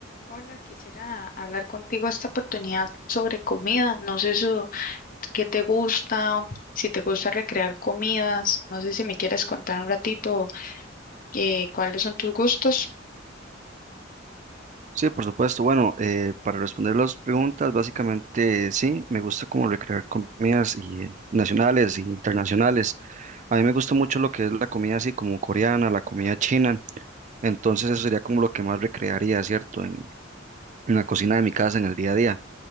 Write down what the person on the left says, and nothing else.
Hola, quisiera hablar contigo esta oportunidad sobre comida. No sé eso, qué te gusta, si te gusta recrear comidas. No sé si me quieres contar un ratito eh, cuáles son tus gustos.